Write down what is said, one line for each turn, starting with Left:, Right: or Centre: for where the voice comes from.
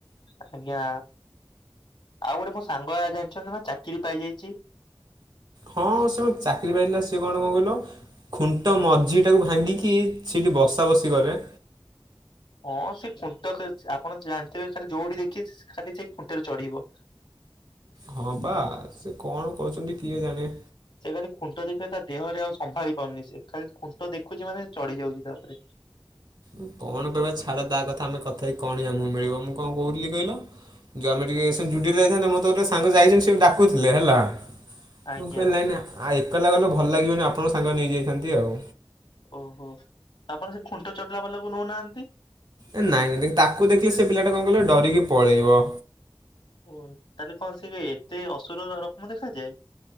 Left: ଆଜ୍ଞା ଆଉ ଗୋଟେ ମୋ ସାଙ୍ଗ ଆ ଜାଣିଛନ୍ତି ନା ଚାକିରି ପାଇଯାଇଚି।
Right: ହଁ ସେ ପା ଚାକିରି ପାଇିଥିଲା ସିଏ କଣ କଣ କହିଲ? ଖୁଣ୍ଟ ମଝିଟାକୁ ଭାଙ୍ଗିକି ସେଇଠି ବସା ବସି କରେ।
Left: ହଁ ସେ ଖୁଣ୍ଟ ଖ ଚ ଆପଣ ଜାଣଥିବେ ଖାଲି ଯୋଉଠି ଦେଖିବେ ସ୍ ଖାଲି ସେଇ ଖୁଣ୍ଟରେ ଚଢିବ।
Right: ହଁ ବା ସେ କଣ କହୁଛନ୍ତି କିଏ ଜାଣେ।
Left: ସେ ଖାଲି ଖୁଣ୍ଟ ଦେଖିଲେ ତା ଦେହରେ ଆଉ ସମ୍ଭାଳି ପାରୁନି ସିଏ ଖାଲି ଖୁଣ୍ଟ ଦେଖୁଛି ମାନେ ଚଢି ଯାଉଛି ତା ଉପରେ।
Right: ଉ କଣ କହିବା ଛାଡ ତା କଥା ଆମେ କଥା ହେଇ କଣ ବି ଆମୁକୁ ମିଳିବ ମୁଁ କଣ କହୁଥିଲି କହିଲ ଯୋଉ ଆମେ ଟିକେ ସେ ଜୁଡ଼ିଓକୁ ଯାଇଥାନ୍ତେ ମୋର ତ ଗୋଟେ ସାଙ୍ଗ ଯାଇଚନ୍ତି ସିଏ ବି ଡାକୁଥିଲେ ହେଲା। ମୁଁ
Left: ଆଜ୍ଞା
Right: କହିଲି ନାଇ ନା ଆ ଏକଲା ଗଲେ ଭଲ ଲାଗିବନି, ଆପଣଙ୍କୁ ସାଙ୍ଗରେ ନେଇଯାଇଥାନ୍ତି ଆଉ।
Left: ଓହୋ। ଆପଣ ସେ ଖୁଣ୍ଟ ଚଢିଲା ବାଲାକୁ ନଉନାହାନ୍ତି।
Right: ଏ ନାଇଁ ଦେଖ ତାକୁ ଦେଖିଲେ, ସେ ପିଲାଟା କଣ କହିଲ ଡରିକି ପଳେଇବ।
Left: ଓ ତାହେଲେ କଣ ସେ ଏତେ ଅସୁର <unintelligible> ଦେଖାଯାଏ।